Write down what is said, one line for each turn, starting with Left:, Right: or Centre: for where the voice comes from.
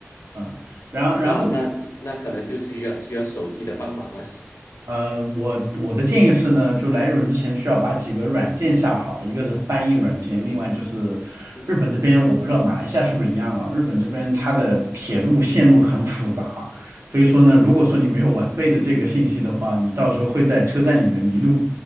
Right: 啊，然然后。
Left: 那那那可能就需要需要手机的帮忙了。<laughs>
Right: 呃，我我的建议是呢，就来日本之前需要把几个软件下好，一个是翻译软件，
Left: 嗯哼，
Right: 另外就是日本这边我不知道马来西亚是不是一样啊，
Left: 嗯哼，
Right: 日本这边它的铁路线路很复杂，所以说呢，如果说你没有完备的这个信息的话，你到时候会在车站里面迷路，